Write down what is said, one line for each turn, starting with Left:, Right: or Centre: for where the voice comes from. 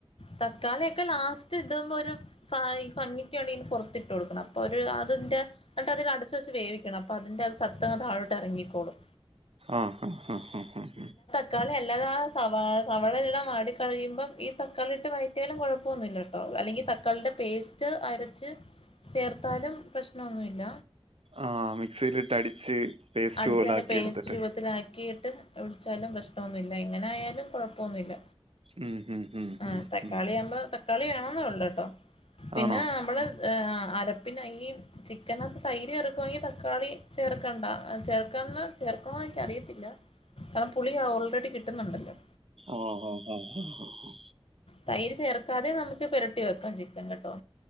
Left: തക്കാളിയൊക്കെ ലാസ്റ്റ് ഇടുമ്പൊ ഒരു. ഫാ ഈ ഭംഗിക്ക് വേണ്ടിന് പൊർത്തിട്ട് കൊടുക്കണം അപ്പൊ ഒരു അത് ന്റെ. എന്നിട്ട് അതി അടച്ച് വെച്ച് വേവിക്കണം അപ്പ അന്റെ സത്ത്ങ്ങ് താഴോട്ട് എറങ്ങിക്കോളും.
Right: ആഹ് ഹ് അഹ് ഹ്
Left: ക്കാളി അല്ലാതെ സവാ സവാളെല്ലാം വാടിക്കഴിയുമ്പം ഈ ത ക്കാളിട്ട് വയറ്റിയാലും കൊഴപ്പൊന്നുല്ലട്ടോ അല്ലെങ്കി തക്കാളിൻറെ പേസ്റ്റ്. റ്റ് അരച്ച് ചേർത്താലും പ്രശ്നൊന്നുല്ല.
Right: ആ, മിക്സിയിലിട്ട് അടിച്ച് പേസ്റ്റ്
Left: അട്ച്ചന്റെ
Right: പോലെ ആക്കി
Left: പേസ്റ്റ്
Right: എടുത്തിട്ട്
Left: രൂപത്തിലാക്കിയിട്ട്. ഒടിച്ചാലും പ്രശ്നമൊന്നുല്ല ഇങ്ങനെ ആയാലും കുഴപ്പമൊന്നുഇല്ല.
Right: ഉം ഉം ഉം.
Left: ആ
Right: ഉം
Left: തക്കാളി
Right: ഉം
Left: ആവുമ്പോ തക്കാളി വേണ ന്നൊള്ളുട്ടോ പിന്നെ
Right: ആണോ
Left: നമ്മള്. ഏന് അർപ്പിനായി ഈ. ചിക്കനൊപ്പ തൈര് ചേർക്കുവാങ്കി തക്കാളി ചേർക്കണ്ട അ ചേർക്കാന്ന് ചേർക്കണോന്ന് എനിക്കറിയത്തില്ല. കാരണം പുളി ഓൾറെഡി കിട്ടുന്നുണ്ടല്ലോ.
Right: ഓഹ് ഹ ഓഹ ഹ.
Left: തൈര് ചേർക്കാതെ നമുക്ക് പെരട്ടി വെക്കാം ചിക്കൻ കെട്ടോ.